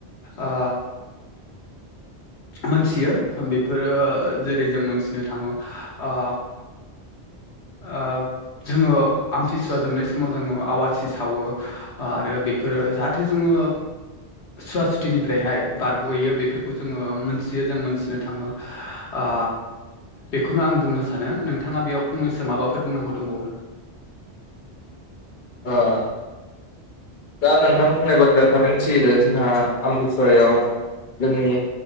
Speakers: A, on the left; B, on the left.
A: ओ मोनथियो बेफोरो जेरै जों मोनथिनो थाङो ओ आ जोङो आमथिसुवा जोबनाय समाव जोङो आवाथि सावो ओ आरो बेफोरो जाहाथे जोङो सुवा सुथिनिफ्रायहाय बारग'यो बेफोरखौ जोङो मोनथियो जों मोनथिनो थाङो ओ बेखौनो आं बुंनो सानो नोंथाङा बेयाव फंनैसो माबाफोर बुंनांगौ दंबावो नामा?
B: <inaudible> ओ दा नोंथां बुंनाय बाथ्राया थारैनो सैथो जोंहा ओ आमतिसुवायाव जोंनि